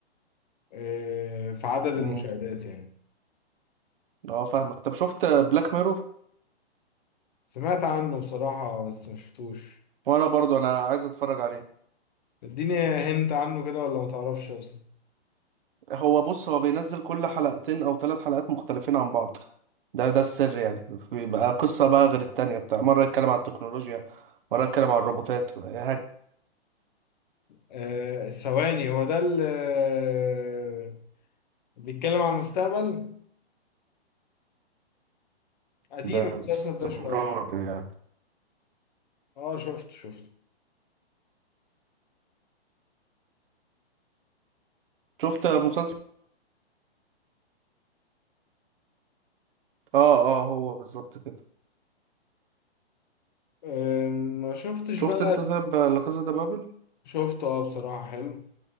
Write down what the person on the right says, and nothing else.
مم.
اه فاهمك طب شفت بلاك ميرور
وأنا برضو أنا عايز أتفرج عليه
هو بص هو بينزل كل حلقتين أو ثلاث حلقات مختلفين عن بعض ده ده السر يعني بيبقى قصة بقى غير التانية بتاع مرة يتكلم عن التكنولوجيا مرة يتكلم عن الروبوتات هك-
ب-
باستمرار
يعني
شفت مسلسل اه اه هو بالظبط كده
شفت
انت طيب لا كازا دي بابل